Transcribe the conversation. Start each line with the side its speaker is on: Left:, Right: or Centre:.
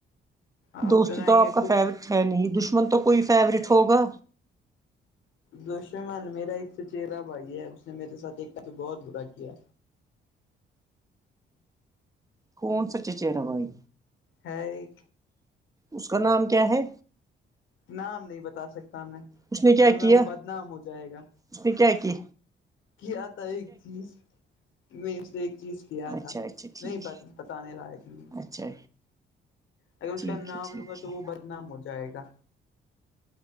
Left: آپ
Right: دوست
Left: سنائیے
Right: تو آپ کا
Left: کچھ
Right: فیورٹ ہے نہیں دشمن تو کوئی فیورٹ ہوگا
Left: دوشمن میرا ایک سچہرا بھائی ہے اس نے میرے ساتھ ایک کا تو بہت برا کیا
Right: کون سا چچرا بھائی
Left: ہے
Right: اس کا نام کیا ہے
Left: نام نہیں بتا سکتا میں
Right: اس نے کیا
Left: ورنہ
Right: کیا
Left: وہ بدنام ہو جائے گا
Right: اس کیاکی
Left: کیا آتا ایک چیز میں اس سے ایک چیز کیا
Right: اچھا
Left: تھا
Right: اچھا ٹھیک
Left: نہیں بتانے لائق نہیں
Right: ہے اچھا
Left: اگر اس
Right: ٹھیک
Left: کا نام
Right: ہے ٹھیک
Left: لوں گا تو
Right: ہے
Left: وہ بدنام ہو جائے گا